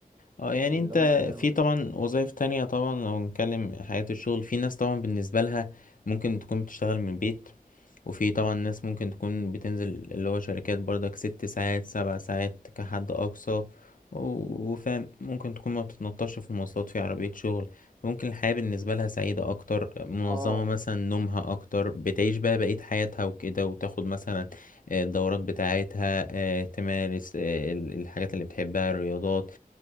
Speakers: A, on the left; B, on the right.
A: اه يعني
B: اللي
A: انت
B: هم البيع المباشر
A: في طبعا وظائف تانية طبعا لو نتكلم حياة الشغل في ناس طبعا بالنسبة لها ممكن تكون بتشتغل من البيت وفي طبعا ناس ممكن تكون بتنزل اللي هو شركات برضك ست ساعات سبع ساعات كحد أقصى و- وفاهم ممكن تكون ما بتتنطش في المواصلات في عربية شغل ممكن الحياة بالنسبة لها سعيدة أكتر منظمة
B: اه
A: مثلا نومها أكتر بتعيش بقى بقية حياتها وكده وتاخد مثلا آه، الدورات بتاعتها آه، تمارس آه، ال- الحاجات اللي بتحبها الرياضات